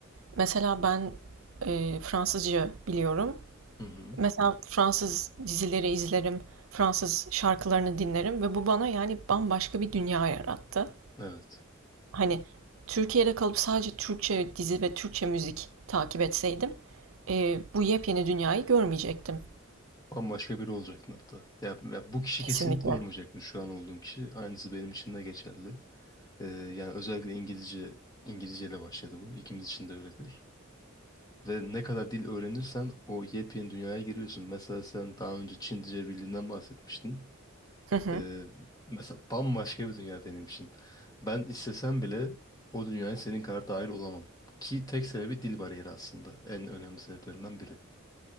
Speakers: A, on the right; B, on the left.
A: Mesela ben e, Fransızca biliyorum.
B: Hı hı.
A: Mesela Fransız dizileri izlerim, Fransız şarkılarını dinlerim ve bu bana yani bambaşka bir dünya yarattı.
B: Evet.
A: Hani Türkiye'de kalıp sadece Türkçe dizi ve Türkçe müzik takip etseydim, e, bu yepyeni dünyayı görmeyecektim.
B: Bambaşka biri olacaktın hatta. Ya, ya bu kişi
A: Kesinlikle.
B: kesinlikle olmayacaktı şu an olduğun kişi. Aynısı benim için de geçerli. Ee, yani özellikle İngilizce İngilizceyle başladı bu. İkimiz için de öyledir. Ve ne kadar dil öğrenirsen o yepyeni dünyaya giriyorsun. Mesela sen daha önce Çince bildiğinden bahsetmiştin.
A: Hı hı.
B: Ee, mesela bambaşka bir dünya benim için. Ben istesem bile o dünyaya senin kadar dahil olamam. Ki tek sebebi dil bariyeri aslında. En önemli sebeplerinden biri.